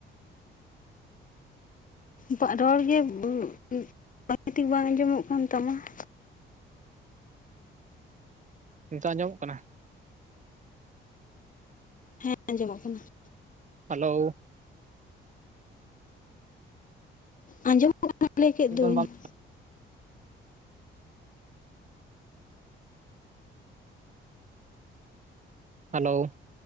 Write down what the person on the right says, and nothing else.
ᱱᱤᱛᱚᱜ ᱟᱸᱡᱚᱢᱚᱜ ᱠᱟᱱᱟ ᱾
ᱦᱮᱞᱳ
ᱮᱠᱫᱚᱢ
ᱵᱟᱢ
ᱦᱮᱞᱳ,